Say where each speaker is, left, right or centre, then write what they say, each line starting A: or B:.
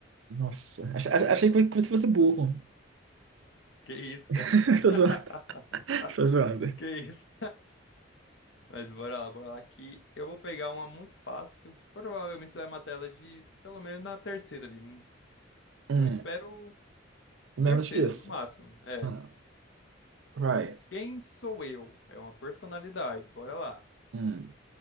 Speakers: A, on the right; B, on the left.
A: Nossa, ach- ach- achei que você fosse burro.
B: Que isso, cara?
A: <laughs>
B: <laughs>
A: Tô zoando. Tô zoando.
B: Que isso? Mas bora lá, bora lá que eu vou pegar uma muito fácil. Provavelmente você vai matar ela de pelo menos na terceira ali. N-
A: Hum,
B: Não espero
A: menos
B: terceira,
A: que isso.
B: no máximo. É.
A: Hum, vai.
B: Quem sou eu? É uma personalidade. Bora lá.
A: Hum,